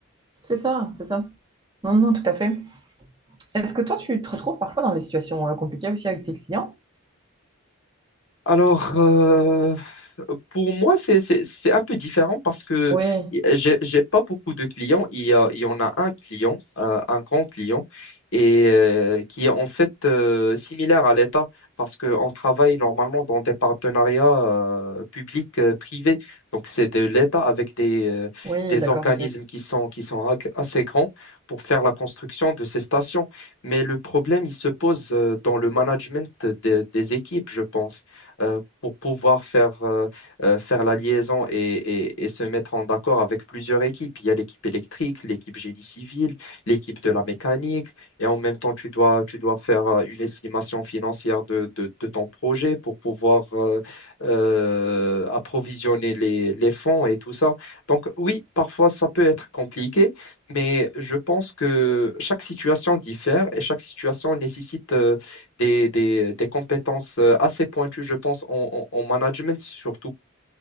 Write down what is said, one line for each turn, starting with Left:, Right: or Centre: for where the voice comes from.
Right: C'est ça, c'est ça. Non, non, tout à fait. Est-ce que toi, tu te retrouves parfois dans des situations euh, compliquées aussi avec tes clients?
Left: Alors, euh, pour moi, c'est, c'est, c'est un peu différent parce que
Right: Oui,
Left: j'ai, j'ai pas beaucoup de clients. Il y a, il y en a un client, euh, un grand client, et euh, qui est en fait euh, similaire à l'État parce qu'on travaille normalement dans des partenariats euh, publics-privés. Donc, c'est de l'État avec des, euh,
Right: oui,
Left: des
Right: d'accord,
Left: organismes
Right: ok.
Left: qui sont, qui sont ag- assez grands pour faire la construction de ces stations. Mais le problème, il se pose euh, dans le management des des équipes, je pense euh, pour pouvoir faire, euh, euh, faire la liaison et, et- et se mettre en accord avec plusieurs équipes. Il y a l'équipe électrique, l'équipe génie civil, l'équipe de la mécanique, et en même temps, tu dois, tu dois faire euh, une estimation financière de, de- de ton projet pour pouvoir euh, euh, approvisionner les, les fonds et tout ça. Donc oui, parfois, ça peut être compliqué, mais je pense que chaque situation diffère et chaque situation nécessite euh, des, des- des compétences euh, assez pointues, je pense, en, en- en management surtout.